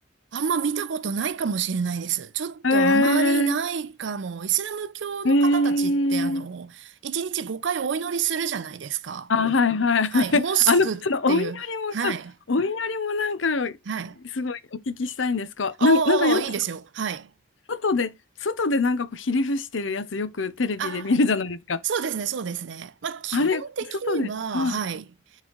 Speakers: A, on the right; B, on the left.
A: あんま見たことないかもしれないです。ちょっとあまりないかも。
B: へえ。
A: イスラム教の方たちってあの、
B: へえ。
A: 1日5回お祈りするじゃないですか。
B: あ、はいはい。
A: はい、
B: <laughs>
A: モスクっていう、
B: あの、そのお祈りも、
A: はい、
B: そう、お祈りもなんか、
A: はい。
B: すごいお聞きしたいんですか。
A: おーおー、
B: なん、なんかよく、
A: いいですよ。
B: そ
A: はい。
B: 外で、外でなんかこう、ひり伏してるやつ、よくテレビで見るじゃないですか。
A: あ、そうですね、そうですね。まあ、基本的には、
B: あれ、外で、はい。
A: はい。